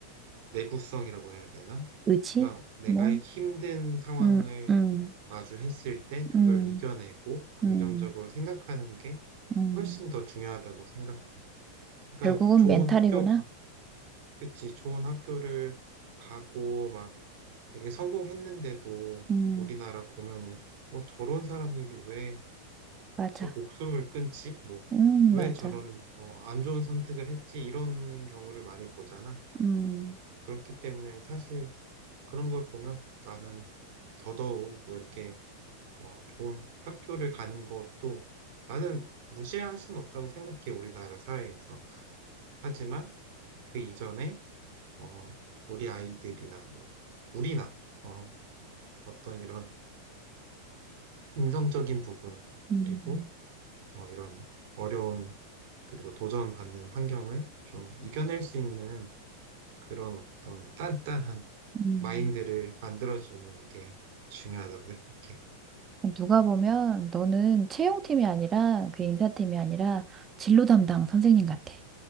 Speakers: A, on the right (about 50°); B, on the right (about 20°).
A: 내구성이라고 해야 되나?
B: 의지?
A: 그러니까 내가
B: 뭐,
A: 힘든 상황을
B: 음, 음,
A: 마주했을 때 그걸
B: 음,
A: 이겨내고 긍정적으로
B: 음,
A: 생각하는 게
B: 음,
A: 훨씬 더 중요하다고 생각해. 그러니까
B: 결국은
A: 좋은
B: 멘탈이구나.
A: 학교 가, 그치, 좋은 학교를 가고 막 되게 성공했는데도
B: 음,
A: 우리나라 보면은 어, 저런 사람이 왜
B: 맞아.
A: 지- 목숨을 끊지? 뭐,
B: 음,
A: 왜
B: 맞아.
A: 저런 어, 안 좋은 선택을 했지? 이런 경우를 많이 보잖아.
B: 음.
A: 그렇기 때문에 사실 그런 걸 보면 나는 더더욱 뭐 이렇게 어, 좋은 학교를 가는 것도 나는 무시할 수는 없다고 생각해, 우리나라 사회에서. 하지만 그 이전에 어, 우리 아이들이나, 뭐, 우리나, 어, 어떤 이런 인성적인 부분,
B: 음,
A: 그리고, 어, 이런 어려운, 그리고 도전받는 환경을 좀 이겨낼 수 있는 그런 어떤 단단한
B: 음.
A: 마인드를 만들어주는 게 중요하다고 생각해.
B: 누가 보면 너는 채용팀이 아니라 그 인사팀이 아니라 진로 담당 선생님 같아.